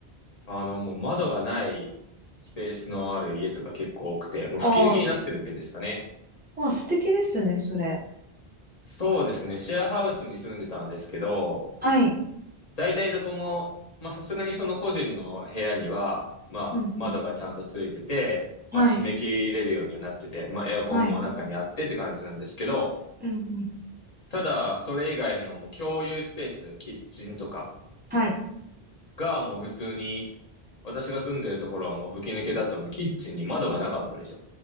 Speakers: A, on the left (about 40°); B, on the right (about 15°).
A: あの、もう窓がないスペースのある家とか結構多くて、もう吹き抜けになってるっていうんですかね。
B: あ、ああ、まあ素敵ですね、それ。
A: そうですね。シェアハウスに住んでたんですけど、
B: はい。
A: 大体どこも、まあ、さすがにその個人の部屋には、まあ、
B: うんうん。
A: 窓がちゃんとついてて、
B: はい、
A: まあ、締め切れるようにはなってて、まあ、エアコンも中にあってって感じなんですけど、
B: はい。うんうん。
A: ただ、それ以外のもう共有スペース、キッチンとか
B: はい。
A: がもう普通に、私が住んでるところはもう吹き抜けだったので、キッチンに窓がなかったんですよ。